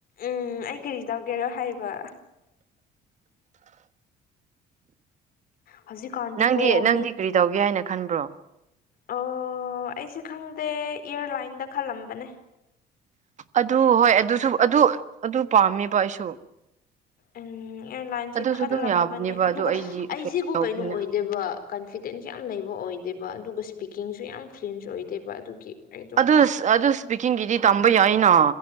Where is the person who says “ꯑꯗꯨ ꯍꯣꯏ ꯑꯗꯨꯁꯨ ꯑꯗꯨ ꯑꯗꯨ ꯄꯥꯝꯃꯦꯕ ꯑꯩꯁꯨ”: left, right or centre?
Right